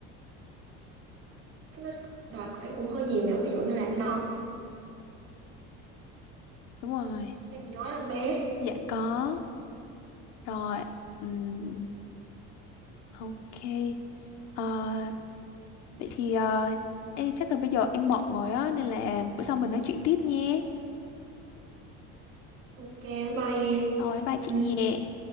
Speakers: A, on the right; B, on the left.
A: nó đòi hỏi cũng hơi nhiều nè ví dụ như là nó
B: đúng rồi
A: như chị nói em bé
B: dạ có rồi Ừm, ok Ờ, vậy thì ờ, ê, chắc là bây giờ em bận rồi á nên là bữa sau mình nói chuyện tiếp nhé
A: ok bye bye
B: rồi bye chị
A: em
B: nhé